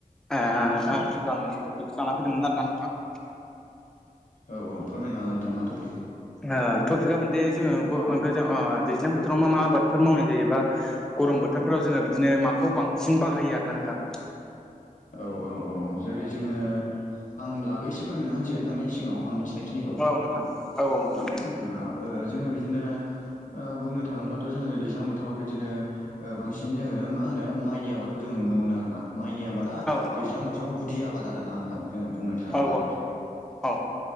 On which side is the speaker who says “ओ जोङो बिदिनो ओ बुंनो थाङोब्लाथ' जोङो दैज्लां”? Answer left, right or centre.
Left